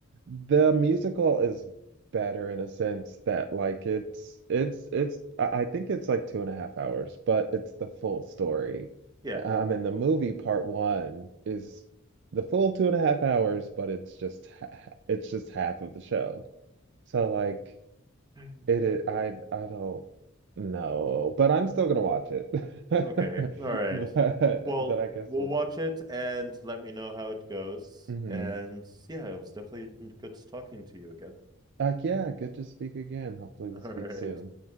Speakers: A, on the right; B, on the right.
A: The musical is better in a sense that like it's it's it's I I think it's like two and a half hours, but it's the full story.
B: Yeah.
A: Um, and the movie part one is the full two and a half hours, but it's just ha- it's just half of the show. So like
B: <sighs>
A: It is, I I don't know, but I'm still gonna watch it. <laughs>
B: Okay. All right.
A: But
B: Well,
A: but I guess
B: we'll
A: we'll
B: watch
A: see.
B: it and let me know how it goes.
A: hmm
B: And yeah, it was definitely good talking to you again.
A: Like, yeah, good to speak again. Hopefully we'll
B: <laughs>
A: speak
B: All right.
A: soon.